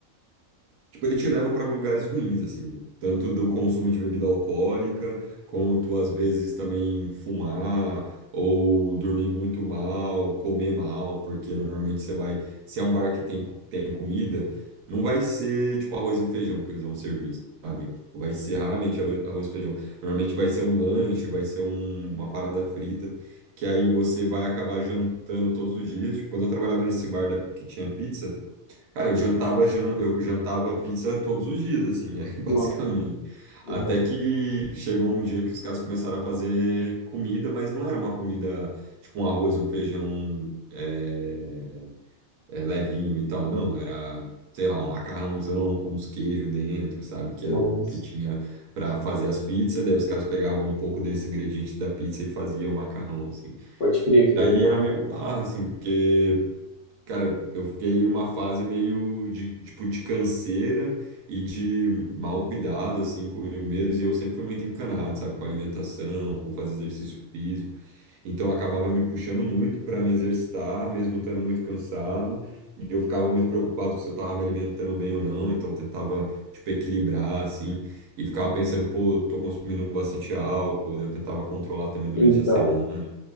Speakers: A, on the right; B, on the left.
A: Tipo, ele te leva para lugares ruins, assim, tanto do consumo de bebida alcoólica, quanto às vezes também fumar ou dormir muito mal, comer mal, porque normalmente você vai, se é um bar que tem, tem comida, não vai ser tipo arroz e feijão que eles vão servir, sabe? Vai ser raramente
B: <laughs>
A: arroz, arroz e feijão. Normalmente vai ser um lanche, vai ser um- uma parada frita, que aí você vai acabar jantando todos os dias. Tipo, quando eu trabalhava nesse bar da- que tinha pizza, Cara, eu jantava, jan- eu jantava pizza todos os dias, assim, <laughs> é, basicamente.
B: Nossa,
A: Até
B: exato.
A: que chegou um dia que os caras começaram a fazer comida, mas não era uma comida tipo um arroz, um feijão é, é, levinho e tal, não. Era, sei lá, um macarrãozão com uns queijos dentro, sabe? Que
B: nossa,
A: era o que tinha para fazer as pizzas. Daí os caras pegavam um pouco desse ingrediente da pizza e faziam macarrão, assim.
B: pode crer, querendo
A: Daí era
B: ou
A: meio
B: não. é.
A: barra, assim, porque. Cara, eu fiquei numa fase meio de, tipo, de canseira e de mau cuidado, assim, comigo mesmo. E eu sempre fui muito encanado, sabe, com alimentação, com fazer exercício físico. Então, eu acabava me puxando muito para me exercitar, mesmo estando muito cansado. E eu ficava muito preocupado se eu estava me alimentando bem ou não. Então, eu tentava, tipo, equilibrar, assim. E ficava pensando, pô, eu tô consumindo bastante álcool. daí Eu tentava controlar também durante
B: Então,
A: a semana.